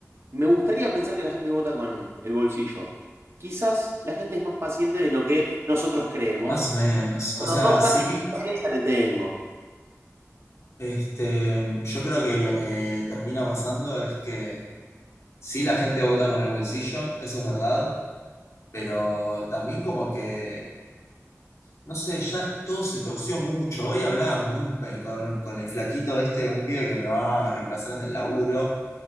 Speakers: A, on the right; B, on the left.
A: me gustaría pensar que la gente vota con el bolsillo. Quizás la gente es más paciente de lo que nosotros creemos.
B: Más o menos.
A: Bueno,
B: O sea,
A: dos
B: sí,
A: años de paciencia le tengo.
B: este, yo creo que lo que termina pasando es que sí la gente vota con el bolsillo, eso es verdad, pero también como que, no sé, ya todo se torció mucho. Hoy hablaba con un, pe- con, un- con el flaquito este, un pibe que me va a reemplazar en el laburo,